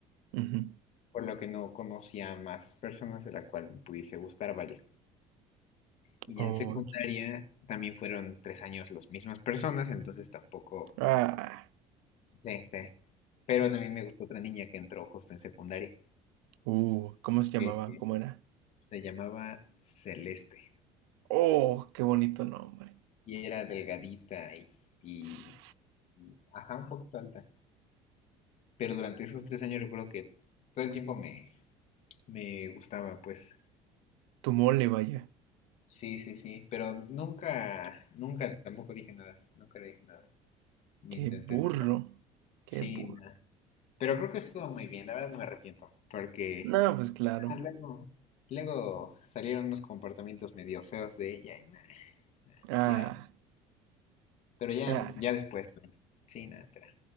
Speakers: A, on the right; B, on the left.
A: ujú,
B: Por lo que no conocía más personas de la cual me pudiese gustar, vaya. Y ya
A: Oye.
B: en secundaria también fueron tres años las mismas personas, entonces tampoco,
A: Ah.
B: sí, sí. Pero también me gustó otra niña que entró justo en secundaria,
A: Uh, ¿cómo se llamaba?
B: que que
A: ¿Cómo era?
B: se llamaba Celeste.
A: Oh, qué bonito nombre.
B: Y era delgadita y, y
A: Tss,
B: Ajá, un poquito alta. Pero durante esos tres años recuerdo que todo el tiempo me, me gustaba, pues.
A: Tu mole, vaya.
B: Sí, sí, sí. Pero nunca, nunca tampoco dije nada. Nunca le dije nada. Ni
A: Qué
B: intenté
A: burro.
B: nada.
A: Qué
B: Sí,
A: burro.
B: nada. Pero creo que estuvo muy bien. La verdad no me arrepiento. Porque
A: No, pues claro.
B: ah, luego, luego salieron unos comportamientos medio feos de ella. Y nada,
A: Ah,
B: sí, nada. Pero ya,
A: ah,
B: ya después. bueno, Sí, nada, pero.